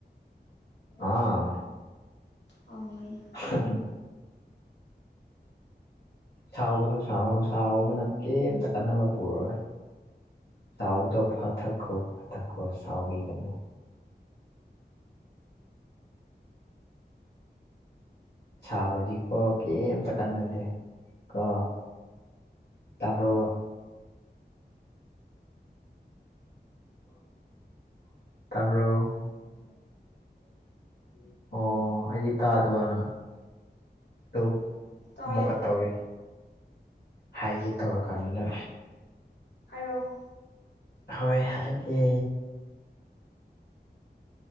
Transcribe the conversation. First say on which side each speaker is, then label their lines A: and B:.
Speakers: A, on the left (about 65°); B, on the left (about 80°).
A: ꯑꯥ
B: ꯍꯥꯎꯃꯦꯅꯤ
A: <inaudible> ꯁꯥꯎꯒꯅꯨ ꯁꯥꯎ ꯁꯥꯎꯕꯅ ꯀꯦꯝꯇ ꯀꯥꯟꯅꯕ ꯄꯨꯔꯛꯑꯣꯏ ꯁꯥꯎꯕꯗꯣ ꯐꯥꯊꯈꯣ ꯐꯥꯊꯈꯣ ꯁꯥꯎꯕꯤꯒꯅꯨ ꯁꯥꯕꯗꯤ ꯀꯣ ꯀꯦꯝꯇ ꯀꯥꯟꯅꯗꯦ ꯀꯣ ꯇꯥꯕ꯭ꯔꯣ <unintelligible> ꯇꯥꯕ꯭ꯔꯣ <unintelligible> ꯑꯣ ꯑꯩꯗꯤ ꯇꯥꯗꯕꯔ ꯇꯨ
B: ꯇꯥꯏꯅꯣ
A: ꯃꯨꯛꯀ ꯇꯧꯔꯦ ꯍꯥꯏꯒꯦ ꯇꯧꯔꯀꯥꯟꯗ
B: ꯍꯥꯏꯔꯣ
A: ꯍꯣꯏ ꯍꯥꯏꯒꯦ